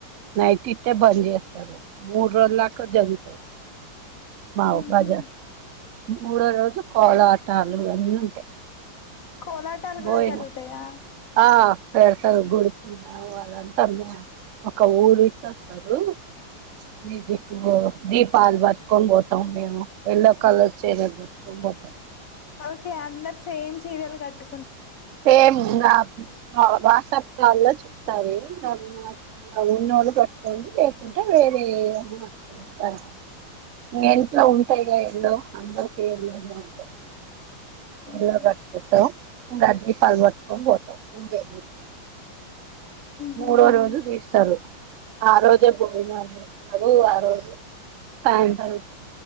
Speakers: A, on the right; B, on the left.
A: నైట్ ఇట్టే బంద్ జేస్తారు. మూడ్రోజులు దాకా జరుగుతాది మావు
B: మ్మ్
A: బజా మూడో రోజు కోలాటాలు అన్నీ ఉంటాయి
B: కోలాటాలు కూడా
A: బోయిన
B: జరుగుతాయా
A: ఆ పెడతారు గుడికిింద వాళ్ళంతా మ్యా ఒక ఊలీటోస్సరూ మ్యూజిక్ బో దీపాల్ పట్కోన్ పోతాం మేము ఎల్లో కలర్ చీర కట్టుకొని పోతాం
B: ఓకే అందరు సెయిమ్ చీరలు కట్
A: ఏం ఇంగ వా వా వాట్సప్ కాల్ లో చెప్తారు. దాన్ని ఉన్నోళ్లు కట్టుకోండి లేకుంటే వేరే ఏదైనా <inaudible> ఆ ఇంగ ఇంట్లో ఉంటాయిగా ఎల్లో అందరికి ఎల్లోనే ఉంటాయి.
B: మ్మ్
A: ఎల్లో కట్టుకుంటాం గది పల్ పట్టుకోన్ పోతాం ఊరేగి
B: హ్మ్
A: మూడోవ రోజు దీస్తారు ఆ రోజే భోజనాలు జేస్తారు. ఆ రోజే <unintelligible>